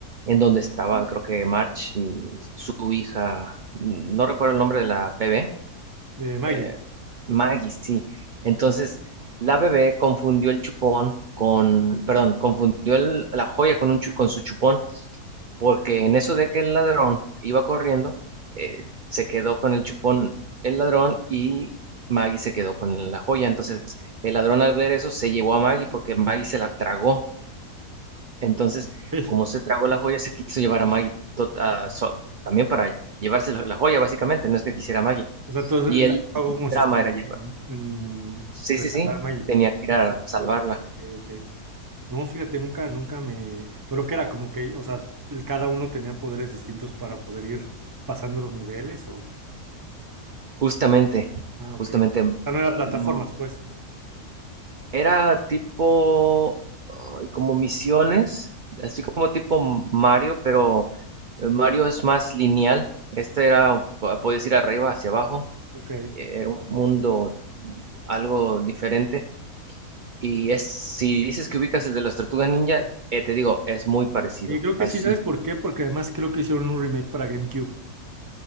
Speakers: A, on the right; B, on the right.
A: en donde estaba, creo que March y su hija, no recuerdo el nombre de la bebé,
B: de Maggie.
A: eh, Maggie, sí. Entonces, la bebé confundió el chupón con, perdón, confundió el- la joya con, un, chu- con su chupón, porque en eso de que el ladrón iba corriendo, eh, se quedó con el chupón el ladrón y Maggie se quedó con la joya. Entonces, el ladrón al ver eso se llevó a Maggie porque Maggie se la tragó. Entonces,
B: Sí.
A: como se tragó la joya, se quiso llevar a Maggie tot- a- so- también para llevarse la la joya, básicamente, no es que quisiera a Maggie.
B: O sea, entonces
A: Y el
B: el pago
A: drama
B: consistía
A: era llevar.
B: en, en
A: Sí,
B: rescatar
A: sí, sí,
B: a Maggie.
A: tenía que ir a salvarla.
B: Ok, ok. No, fíjate, nunca, nunca me. Pero que era como que, o sea, el- cada uno tenía poderes distintos para poder ir pasando los niveles o.
A: Justamente,
B: Ah, ok.
A: justamente,
B: O
A: um,
B: sea, no era plataformas, pues.
A: era tipo ay, como misiones, así como tipo Mario, pero eh, Mario es más lineal. Este era, po- puedes ir arriba, hacia abajo,
B: Ok.
A: eh, era un mundo algo diferente. Y es, si dices que ubicas el de las tortugas ninja, eh, te digo, es muy parecido.
B: Y creo que
A: Así.
B: sí, ¿sabes por qué? Porque además creo que hicieron un remake para GameCube.